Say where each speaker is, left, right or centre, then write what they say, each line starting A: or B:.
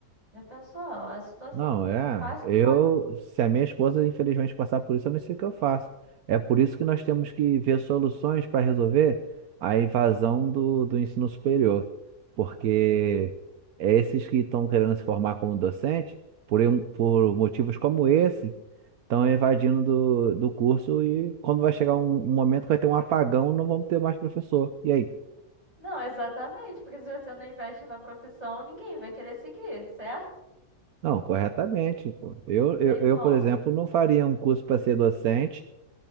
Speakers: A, on the right (about 25°); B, on the right (about 75°).
A: Já pensou? A situação
B: Não,
A: que você
B: é.
A: passa
B: Eu,
A: com a...
B: se a minha esposa infelizmente passar por isso, eu não sei o que eu faço. É por isso que nós temos que ver soluções para resolver a invasão do, do ensino superior. Porque é esses que estão querendo se formar como docente, por, um- por motivos como esse, estão evadindo do, do curso e quando vai chegar um, um momento que vai ter um apagão, não vamos ter mais professor. E aí?
A: Não, exatamente, porque se você não investe na profissão, ninguém vai querer seguir, certo?
B: Não, corretamente. pô. Eu,
A: Tem
B: eu, eu,
A: como?
B: por exemplo, não faria um curso para ser docente.